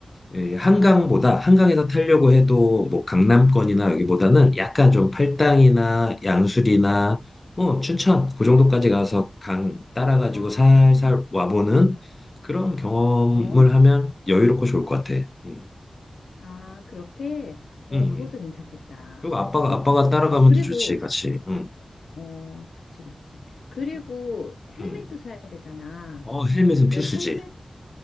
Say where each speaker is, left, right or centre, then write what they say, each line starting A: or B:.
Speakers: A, on the left (about 30°); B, on the left (about 85°).
A: 예, 한강보다, 한강에서 타려고 해도 뭐 강남권이나 여기보다는 약간 좀 팔당이나 양수리나 어, 춘천, 그 정도까지 가서 강 따라가지고
B: 아,
A: 살살 와보는 그런 경험을
B: 어?
A: 하면 여유롭고 좋을 것 같아. 음,
B: 아, 그렇게? 어,
A: 음.
B: 그것도 괜찮겠다.
A: 그리고 아빠가,
B: 그치?
A: 아빠가 따라가면
B: 어, 그리고,
A: 더 좋지, 같이. 음,
B: 어, 그치, 그치. 그리고
A: 음.
B: 헬멧도
A: 음.
B: 사야 되잖아.
A: 어, 헬멧은
B: 그
A: 필수지.
B: 헬멧,